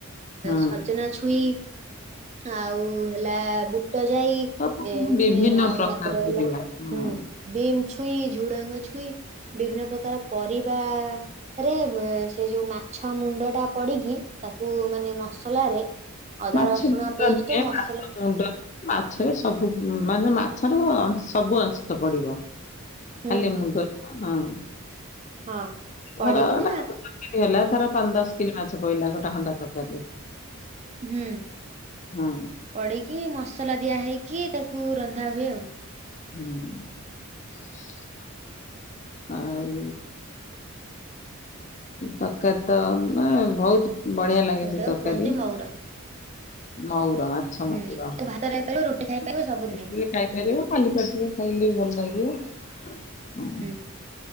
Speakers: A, on the left; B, on the right.
A: ହଁ।
B: ସଜନା ଛୁଇଁ ଆଉ ହେଲା ବୁଟ ଯାଇ,
A: ସବୁ ବିଭିନ୍ନ
B: ମାନେ ଆଉ
A: ପ୍ରକାର
B: ତାପରେ
A: ପରିବା
B: ହେଲା
A: ହଁ
B: ହୁଁ ବିମ୍ ଛୁଇଁ, ଝୁଡଙ୍ଗ ଛୁଇଁ, ବିଭିନ୍ନ ପ୍ରକାର ପରିବା ରେ ସେ ଯୋଉ ମାଛ ମୁଣ୍ଡ ଟା ପଡିକି, ତାକୁ ମାନେ ମସ ଲାରେ ଅଦା
A: ମାଛ
B: ରସୁଣ
A: ମୁଣ୍ଡ
B: ପେଷ୍ଟ
A: ନୁହେଁ
B: ମସ
A: ମାଛ ମୁଣ୍ଡ ମାଛରେ ସବୁ, ମାନେ ମାଛର ସବୁ ଅଂଶ ପଡିବ। ଖାଲି
B: ହୁଁ
A: ମୁଣ୍ଡ ନୁହଁ ହଁ।
B: ହଁ ପଡିକିନା
A: ଧର ଗୋଟେ ମାଛ ତରକାରି ହେଲା ଧର ପାଞ୍ଚ ଦଶ କିଲୋ ମା ମାଛ ପଇଲା ଗୋଟା ଖଣ୍ଡା ତରକାରୀରେ।
B: ହୁଁ
A: ହଁ
B: ପଡିକି ମସଲା ଦିଆ ହେଇକି, ତାକୁ ରନ୍ଧା ହୁଏ ଆଉ।
A: ହୁଁ। ଆଉ। ତରକାରୀ ତ ମ ବହୁତ ବଢିଆ ଲାଗେ
B: ସେଇଟାକୁ
A: ସେ ତରକାରୀ।
B: କୁହନ୍ତି ମଉର
A: ମହୁର ମାଛା
B: ହୁଁ
A: ମହୁର
B: ତାକୁ ଭାତ ଖାଇପାରିବ ରୁଟି
A: <unintelligible>
B: ଖାଇପାରିବ ସବୁରେ
A: ଖାଇପାରିବ କାଲି ପାଟିରେ ଖାଇଲେ ଭଲ ଲାଗିବ। ହଁ।
B: ହୁଁ।